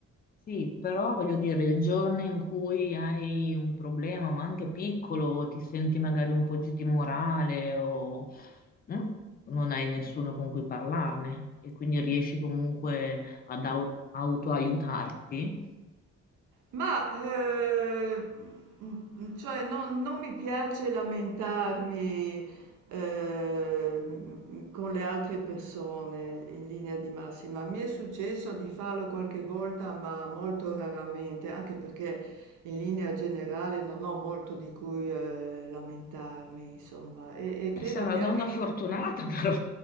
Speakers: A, on the left; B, on the right.
A: Sì, però voglio dire, il giorno in cui hai un problema, ma anche piccolo, o ti senti magari un po' giù di morale o mm, non hai nessuno con cui parlarne e quindi riesci comunque ad au- autoaiutarti,
B: Ma, ehm, mhmm, cioè non non mi piace lamentarmi, ehm, con le altre persone in linea di massima. Mi è successo di farlo qualche volta, ma molto raramente, anche perché in linea generale non ho molto di cui, ehm, lamentarmi, insomma. E e credo
A: eh, sei una
B: che
A: donna
B: anche
A: fortunata però.